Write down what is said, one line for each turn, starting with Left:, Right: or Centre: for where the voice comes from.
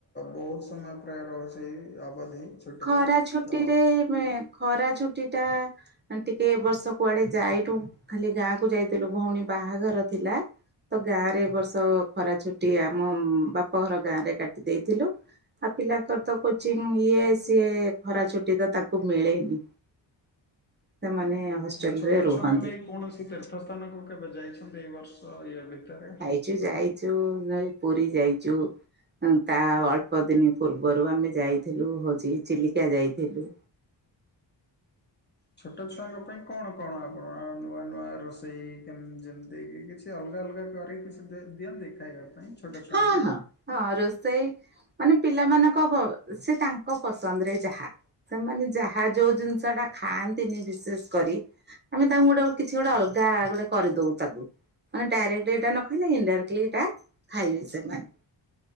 Left: ବହୁତ ସମୟ ପ୍ରାୟ ରହୁଛି ଅବଧି ଛୁଟିର
Right: ଖରା ଛୁଟି
Left: ତ
Right: ରେ ନୁହେଁ ଖରା ଛୁଟି ଟା ମେ ଟିକେ ଏ ବର୍ଷ କୁଆଡେ ଯାଇଠୁ ଖାଲି ଗାଁକୁୁ ଯାଇଥିଲୁ ଭଉଣୀ ବାହାଘର ଥିଲା ତ ଗାଁ ରେ ବର୍ଷ ଖରା ଛୁଟି ଆମ ବାପ ଘର ଗାଁ ରେ କାଟି ଦେଇଥିଲୁ ଆଉ ପିଲାଙ୍କର ତ କୋଚିଂ ଇଏ ସିଏ ଖରା ଛୁଟି ତ ତାକୁ ମିଳେନି ସେମାନେ ହଷ୍ଟେଲ
Left: ହଁ ଛୋଟ
Right: ରେ ରୁହନ୍ତି
Left: ଛୁଆଙ୍କୁ ନେଇ କୌଣସି ତୀର୍ଥ ସ୍ଥାନକୁ କେବେ ଯାଇଛନ୍ତି ଏଇ ବର୍ଷ ଇଏ ଭିତରେ?
Right: କିଛୁ ଯାଇଛୁ ନ ପୁରୀ ଯାଇଛୁ ତା ଅଳ୍ପ ଦିନ ପୂର୍ବରୁ ଆମେ ଯାଇଥିଲୁ ହଉଛି ଚିଲିକା ଯାଇଥିଲୁ
Left: ଛୋଟ ଛୁଆଙ୍କ ପାଇଁ କଣ କଣ ଆପଣ ନୂଆ ନୂଆ ରୋଷେଇ ଯେମ୍ତି ଦେଇକି କିଛି ଅଲଗା ଅଲଗା କରିକି କିଛି ଦିଅନ୍ତି ଖାଇବା ପାଇଁ ଛୋଟ ଛୁଆଙ୍କ
Right: ହଁ
Left: ପାଇଁ
Right: ହଁ ହଁ ରୋଷେଇ ମାନେ ପିଲାମାନଙ୍କ ସେ ତାଙ୍କ ପସନ୍ଦରେ ଯାହା ସେମାନେ ଯାହା ଯୋଉ ଜିନିଷ ଟା ଖାଆନ୍ତିନି ବିଶେଷ କରି ଆମେ ତାଙ୍କୁ ଗୋଟେ କିଛି ଗୋଟେ ଅଲଗା ଗୋଟେ କରିଦଉ ତାକୁ ମାନେ ଡାଇରେକ୍ଟଲି ଏଇଟା ନ ଖାଇଲେ ଇଡାଇରେଟଲି ଏଇଟା ଖାଇବେ ସେମାନେ